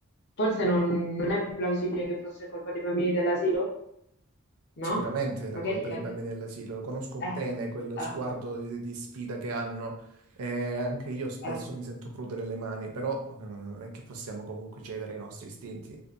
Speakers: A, on the left; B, on the right.
A: forse non, non è più plausibile che fosse colpa dei bambini dell'asilo, no?
B: Sicuramente è
A: Magari
B: la colpa dei
A: la...
B: bambini dell'asilo, lo conosco bene
A: Eh,
B: quello
A: eh,
B: sguardo di, di sfida che hanno e anche io spesso
A: eh.
B: mi sento prudere le mani, però eh, non è che possiamo comunque cedere ai nostri istinti.